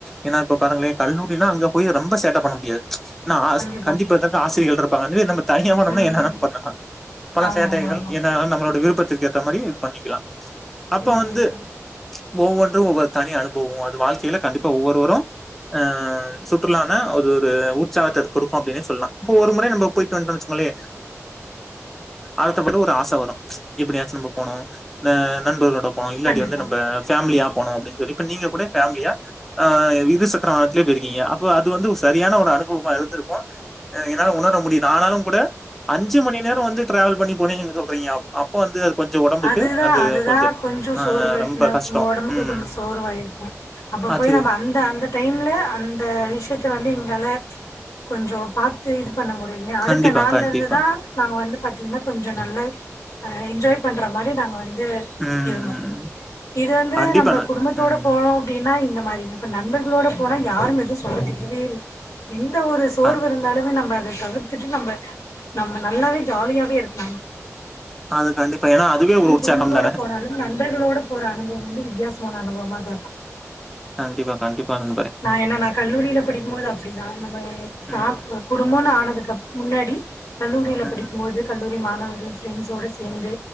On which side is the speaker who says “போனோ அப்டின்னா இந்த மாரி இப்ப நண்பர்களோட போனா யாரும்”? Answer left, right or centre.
Left